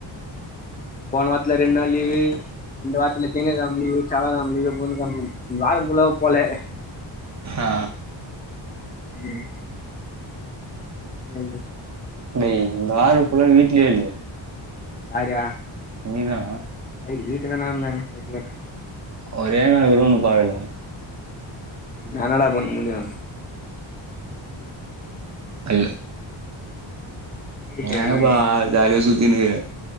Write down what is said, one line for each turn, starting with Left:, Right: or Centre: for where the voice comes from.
Left: போன வாரத்துல ரெண்டு நாள் லீவு இந்த வார்த்துல திங்ககெழம லீவு செவ்வாகெழம லீவு பொதங்கெழம லீவ் இந்த வார ஃபுல்லாவே போல
Right: ஆ
Left: ம் டென்ஷனாயி போச்சி
Right: நீ இந்த வார ஃபுல்லா வீட்லயே இல்ல
Left: யாரா
Right: நீதா
Left: ஏ வீட்ல தான்டா இருந்த ஆனா தெர்லடா
Right: ஒரே நாள் வருவாங்க பாருடா
Left: நானாடா பண்ண முடியு
Right: அல்
Left: வீட்ல தான
Right: ஏபா ஜாலிய சுத்தினுகிற